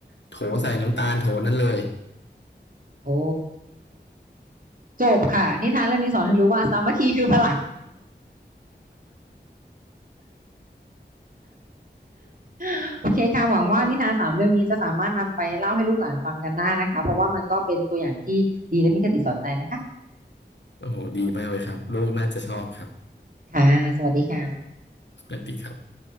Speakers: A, on the left (about 75°); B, on the right (about 50°).
A: โถใส่น้ำตาลโถนั้นเลย
B: โอ้ จบค่ะนิทานเรื่องนี้สอนให้รู้ว่าสามัคคีคือพลัง <laughs> โอเคค่ะหวังว่านิทานสามเรื่องนี้จะสามารถนำไปเล่าให้ลูกหลานฟังกันได้นะคะเพราะว่ามันก็เป็นตัวอย่างที่ดีและมีคติสอนใจนะคะ
A: <laughs> โอ้โหดีมากเลยครับลูกน่าจะชอบครับ
B: ค่ะสวัสดีค่ะ
A: สวัสดีครับ